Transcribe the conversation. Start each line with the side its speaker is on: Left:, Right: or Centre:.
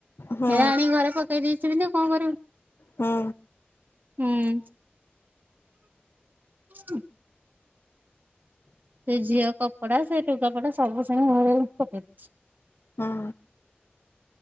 Left: ହୁଁ
Right: ହେରା ଆଣିକି ଘରେ ପକେଇ ଦେଇଚି। ତ କଣ କରିବୁ।
Left: ହୁଁ
Right: ହୁଁ- ଉଁ ସେ ଝିଅ କପଡା ସେ ଲୁଗାପଟା ସବୁ ସେମ ଘରେ ପକେଇ ଦଉଛି।
Left: ହଁ